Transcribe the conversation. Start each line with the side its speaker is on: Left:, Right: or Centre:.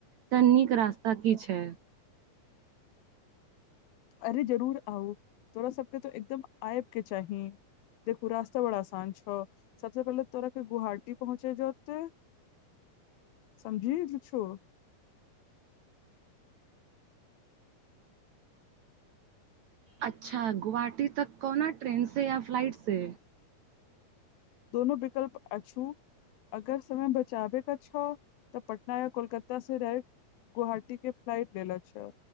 Right: नीक रास्ता की छै
Left: अरे जरूर आउ तोरा सबके तो एकदम आयब के चाही देखु राास्त बड़ा आसान छै सबसँ पहिले तोरा के गुहाटी पहुँचे जते समझी कुछो
Right: अच्छा गोवाहाटी तक कौना ट्रेन से या फ्लाइट से
Left: दोनो विकल्प अछू अगर समय बचाबे क छौ तऽ पटना या कोलकाता से राइट गुहाटी के फ्लाइट लेलो छै